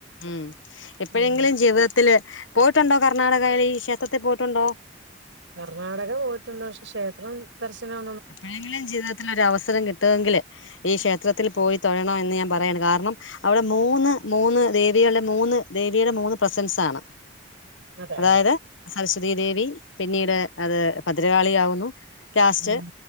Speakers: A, on the left; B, on the right.
A: ഉം എപ്പോഴെങ്കിലും
B: ഉം
A: ജീവിതത്തില് പോയിട്ടുണ്ടോ കർണാടകയിൽ ക്ഷേത്രത്തിൽ പോയിട്ടുണ്ടോ?
B: കർണാടക പോയിട്ടുണ്ട്. പക്ഷെ ക്ഷേത്രം. ദർശനം
A: എപ്പോഴെങ്കിലും ജീവിതത്തിലൊരു ഒരു അവസരം കിട്ടുവെങ്കില്. ഈ ക്ഷേത്രത്തിൽ പോയി തൊഴണമെന്ന് ഞാൻ പറയാണ് കാരണം. അവിടെ മൂന്ന് മൂന്ന് ദേവികലിൽ മൂന്ന് ദേവിയുടെ മൂന്ന് പ്രസൻസണ്.
B: അതെ
A: അതായത്
B: അതെ
A: സരസ്വതീ ദേവിപിന്നീട് അത് ഭദ്രകാളി ആകുന്നു. ലാസ്റ്റ്
B: ഉം